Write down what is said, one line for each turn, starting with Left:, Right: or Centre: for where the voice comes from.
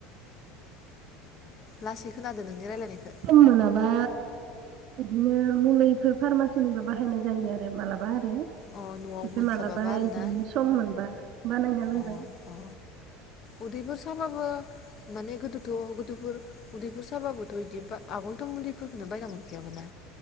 Left: लासै खोनादो नोंनि रायलायनायखो
Right: सम मोनाबा बिदिनो मुलैफोर फारमासिनिबो बाहायनाय जायो आरो मालाबा ओमफ्राय
Left: अ न'आव मोनस्लाबाबा
Right: मालाबा
Left: आरोना
Right: बिदिनो सम मोनबा बानायना लोंबाय
Left: अ अ उदैफोर साबाबो माने गोदोथ' गोदोफोर उदैफोर साबाबोथ' इदि बा आगोलथ' मुलिफोरफोरखोनो बायना मोनखायामोन ना